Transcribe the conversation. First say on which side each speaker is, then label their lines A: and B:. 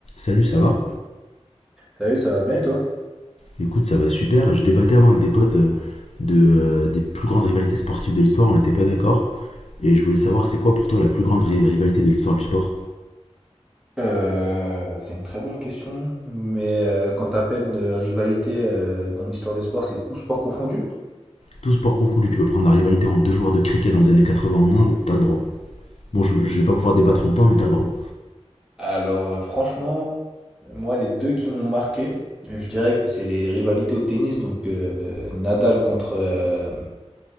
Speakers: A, on the left; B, in the centre.
A: Salut, ça va?
B: Salut, ça va bien et toi?
A: Écoute, ça va super. Je débattais avant avec des potes euh, de, euh, des plus grandes rivalités sportives de l'histoire. On n'était pas d'accord. Et je voulais savoir, c'est quoi pour toi la plus grande ri- rivalité de l'histoire du sport?
B: Euh, c'est une très bonne question, mais euh, quand t'appelles de rivalité euh, dans l'histoire des sports, c'est tout sport confondu?
A: Tout sport confondu, tu peux prendre la rivalité en deux joueurs de cricket dans les années 80 en Inde, t'as le droit. Bon, je, je vais pas pouvoir débattre longtemps, mais t'as le droit.
B: Alors euh, franchement, moi les deux qui m'ont marqué, je dirais que c'est les rivalités au tennis, donc euh, euh, Nadal contre, euh,